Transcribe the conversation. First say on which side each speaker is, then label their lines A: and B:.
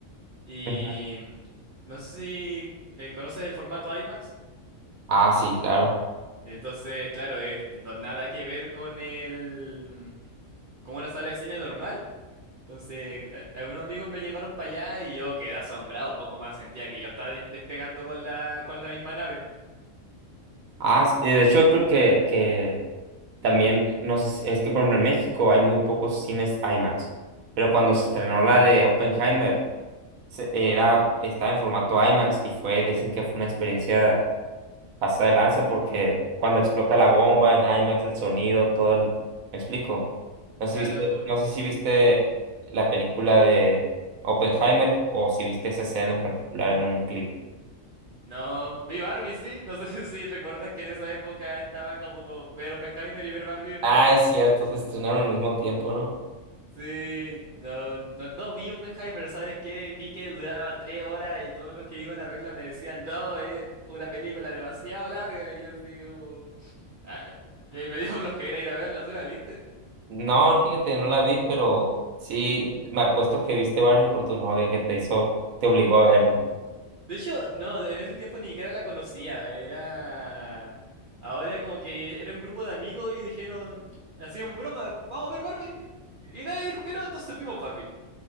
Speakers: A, on the right (about 55°); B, on the right (about 85°).
A: y
B: Ujú.
A: mm, no sé si eh, conoces el formato IMAX.
B: Ah, sí, claro.
A: Entonces, claro, es no- nada que ver con el con una sala de cine normal. Entonces, cla- algunos amigos me llevaron para allá y yo quedé asombrado, poco más sentía que yo estaba des- despegando con la con la misma nave.
B: Ah, s- eh, de hecho creo que, que también, no sé si- es que por ejemplo en México hay muy pocos cines IMAX, pero cuando se estrenó la de Oppenheimer, se- era, estaba en formato IMAX y fue, dicen que fue una experiencia pasada de lanza porque cuando explota la bomba en IMAX, el sonido, todo el... ¿Me explico? No sé
A: Claro,
B: si viste,
A: por-
B: no sé si viste la película de Oppenheimer o si viste esa escena en particular en un clip.
A: no, vi Barbie, sí, no sé <laughs> si recuerdas que en esa época estaba como como ver Oppenheimer y ver Barbie después.
B: Ah, es cierto, se estrenaron al mismo tiempo, ¿no?
A: Sí, no, no, no vi Oppenheimer, ¿sabes qué? Vi que duraba tres horas y todos los que iban a verla me decían, no, es una película demasiado larga. Y yo así como, Ah, me, me dio <laughs> flojera ir a verla, ¿tú la viste?
B: No, fíjate, no la vi, pero sí, me apuesto que viste Barbie por tu novia que te hizo, te obligó a verlo.
A: De hecho, no, en ese tiempo ni siquiera la conocía, era... Ahora como que era un grupo de amigos y dijeron, hacían broma, vamos a ver Barbie. Y nadie dijo que no, entonces vimos Barbie.